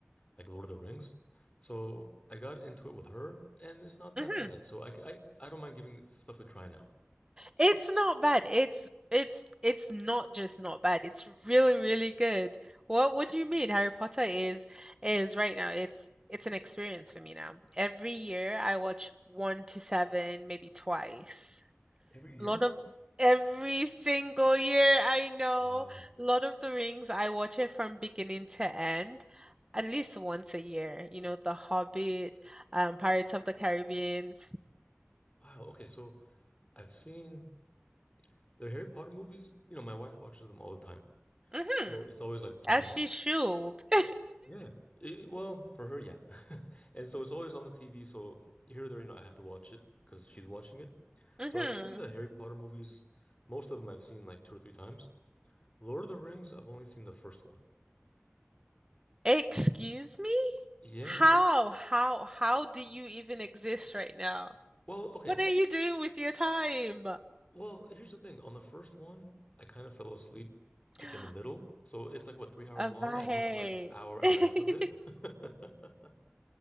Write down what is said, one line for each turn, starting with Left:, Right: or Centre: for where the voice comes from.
Left: like Lord of the Rings, so I got into it with her, and it's not
Right: Mhm.
Left: that bad. So I c- I, I don't mind giving stuff a try now.
Right: It's not bad. It's it's it's not just not bad. It's really, really good. What what do you mean? Harry Potter is is right now. It's it's an experience for me now. Every year I watch one to seven, maybe twice.
Left: Every year?
Right: Lord of every single year, I know.
Left: Wow.
Right: Lord of the Rings, I watch it from beginning to end. At least once a year, you know, The Hobbit, um, Pirates of the Caribbean.
Left: Wow. Okay, so I've seen the Harry Potter movies. You know, my wife watches them all the time,
Right: Mm-hmm.
Left: so it's always like playing.
Right: As she should. <laughs>
Left: Yeah. It- well, for her, yeah. <laughs> And so it's always on the TV. So here or there, you know, I have to watch it because she's watching it.
Right: Mm-hmm.
Left: So I've seen the Harry Potter movies. Most of them I've seen like two or three times. Lord of the Rings, I've only seen the first one.
Right: Excuse me?
Left: Yeah.
Right: How, how, how do you even exist right now?
Left: Well, okay.
Right: What are you doing with your time?
Left: Well, here's the thing. On the first one, I kind of fell asleep like
Right: <gasps>
Left: in the middle. So it's like what, three hours
Right: Avahe.
Left: long? I missed like hour, hour
Right: <laughs>
Left: and a half of it. <laughs>